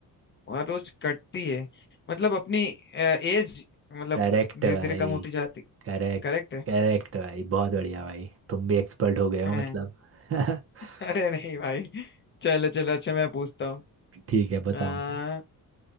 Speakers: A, on the left; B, on the right.
A: और रोज कटती है मतलब अपनी एज मतलब
B: करेक्ट
A: धीरे
B: भाई
A: धीरे कम होती जाती
B: करेक्ट
A: करेक्ट है
B: करेक्ट भाई बहुत बढ़िया भाई तुम भी एक्सपर्ट हो गए हो
A: <laughs>
B: मतलब <laughs>
A: अरे नहीं भाई चलो चलो अच्छा मैं पूछता हूँ
B: ठीक है बताओ
A: अ,